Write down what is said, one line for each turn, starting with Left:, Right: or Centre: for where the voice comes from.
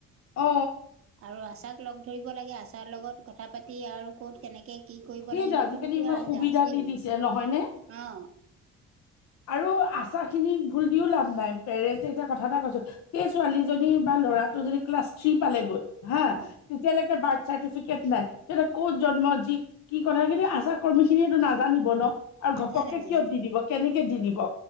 Left: অ।
Right: আৰু আচাক লগ ধৰিব লাগে আচাৰৰ লগত কথা পাতি আৰু ক'ত কেনেকে কি কৰিব
Left: সেইটো
Right: লাগে সেইখিনিতো
Left: আজিকালি ইমান
Right: আৰু
Left: সুবিধা
Right: যা আছেই
Left: দি দিছে নহয় নে?
Right: অ।
Left: আৰু আচাখিনি ভুল দিও লাভ নাই পেৰেণ্টেছে এতিয়া কথা এটা কৈছো সেই ছোৱালীজনী বা ল'ৰাটো যদি ক্লাছ থ্ৰী পালেগৈ হা
Right: অ
Left: তেতিয়ালৈকে বাৰ্থ চাৰ্টিফিকেট নাই তে ক'ত জন্ম যি কি কথাখিনি আচাকৰ্মী খিনিয়েতো নাজানিব ন আৰু
Right: নাজানে
Left: ঘপককে
Right: নাজানে
Left: কিয় দি দিব কেনেকে দি দিব।